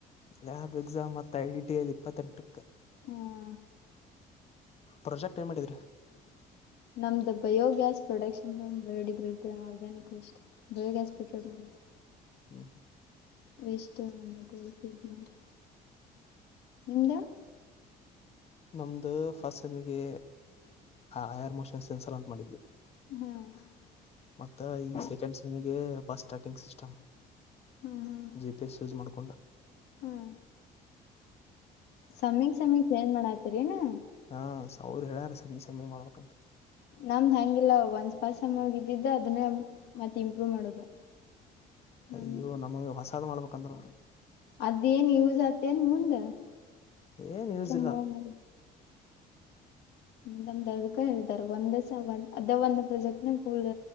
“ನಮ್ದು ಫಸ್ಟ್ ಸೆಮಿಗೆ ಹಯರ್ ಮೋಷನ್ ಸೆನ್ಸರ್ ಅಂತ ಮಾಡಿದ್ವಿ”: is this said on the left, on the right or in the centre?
Left